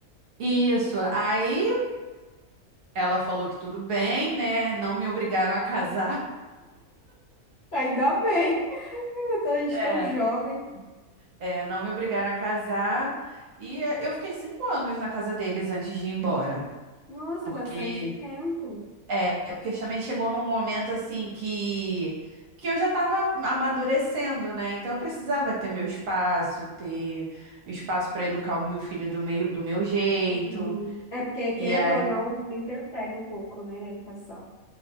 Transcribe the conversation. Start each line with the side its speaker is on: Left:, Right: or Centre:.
Right: Isso. Aí ela falou que tudo bem, né? Não me obrigaram a casar.
Left: Ainda bem. <laughs> A gente
Right: É.
Left: tão jovem.
Right: <laughs> É, não me obrigaram a casar. E é, eu fiquei cinco anos na casa deles antes de ir embora.
Left: Nossa,
Right: Porque
Left: é bastante tempo.
Right: É, porque também chegou num momento assim que que eu já estava amadurecendo, né? Então eu precisava ter meu espaço, ter espaço para educar o meu filho do meu, do meu jeito.
Left: Uhum. É porque, querendo
Right: E aí
Left: ou não, interfere um pouco, né, na educação.